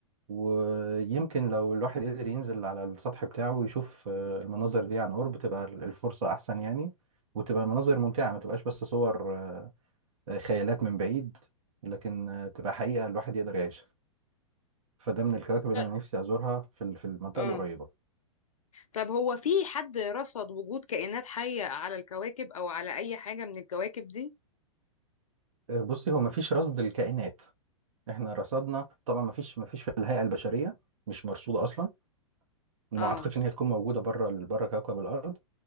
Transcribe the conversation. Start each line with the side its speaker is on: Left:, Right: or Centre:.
Right: ويمكن لو الواحد قدر ينزل على السطح بتاعه ويشوف آه، المناظر دي عن قرب تبقى ال- الفرصة أحسن يعني وتبقى المناظر ممتعة ما تبقاش بس صور آه، آه، خيالات من بعيد لكن آه، تبقى حقيقة الواحد يقدر يعيشها فده من الكواكب اللي
Left: طيب.
Right: أنا نفسي أزورها في ال- في المنطقة
Left: اه
Right: القريبة
Left: طب هو في حد رصد وجود كائنات حيه على الكواكب او على اي حاجه من الكواكب دي
Right: آه، بصي هو مفيش رصد الكائنات احنا رصدنا طبعا مفيش مفيش في الهيئة البشرية مش مرصودة أصلا وما
Left: آه
Right: أعتقدش إن هي تكون موجودة بره ال- بره كوكب الأرض